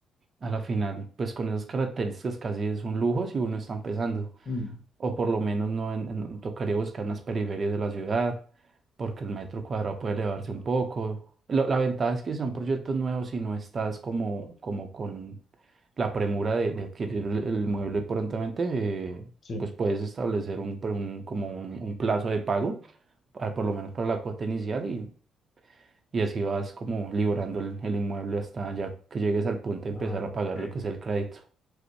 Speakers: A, on the right; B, on the left.
A: A la final, pues con esas características casi es un lujo si uno está empezando,
B: Mm,
A: o por lo menos no en- en- tocaría buscar en las periferias de la ciudad, porque el metro cuadrado puede elevarse un poco. Lo- la ventaja es que son proyectos nuevos y no estás como, como con la premura de, de adquirir el, el mueble prontamente, eh,
B: sí.
A: pues puedes establecer un, pre- un- como un, un plazo de pago, ah, por lo menos para la cuota inicial y y así vas como librando el, el inmueble hasta ya que llegues al punto de empezar
B: Ah,
A: a
B: ok.
A: pagar lo que es el crédito.